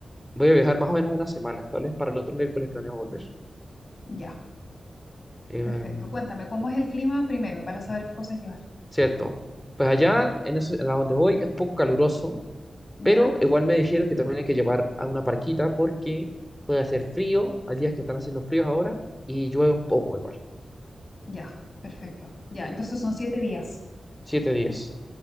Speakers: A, in the centre; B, on the left (about 40°).
A: Voy a viajar más o menos una semana, tal vez para el otro miércoles planeo volver.
B: Ya,
A: Em,
B: perfecto. Cuéntame, ¿cómo es el clima primero para saber qué cosas llevar?
A: cierto. Pues allá, en, eso- en la donde voy, es un poco caluroso
B: ¿Ya?
A: Pero igual me dijeron que también hay que llevar a una parquita porque puede hacer frío, hay días que están haciendo fríos ahora, y llueve un poco igual.
B: Ya, perfecto. Ya, entonces son siete días.
A: Siete días.